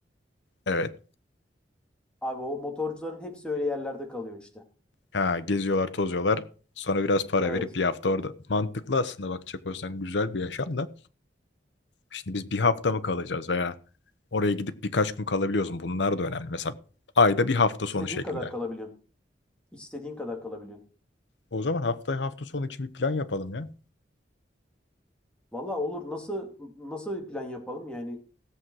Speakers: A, on the left; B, in the centre.
A: Evet.
B: Abi o motorcuların hepsi öyle yerlerde kalıyor işte.
A: Ha, geziyorlar tozuyorlar. Sonra biraz para
B: Evet.
A: verip bir hafta orada. Mantıklı aslında bakacak olsan güzel bir yaşam da. Şimdi biz bir hafta mı kalacağız veya oraya gidip birkaç gün kalabiliyoruz mu? Bunlar da önemli. Mesela ayda bir hafta
B: İstediğin
A: sonu şeklinde.
B: kadar kalabiliyorsun. İstediğin kadar kalabiliyorsun.
A: O zaman hafta hafta sonu için bir plan yapalım ya.
B: Valla olur. Nasıl nasıl bir plan yapalım? Yani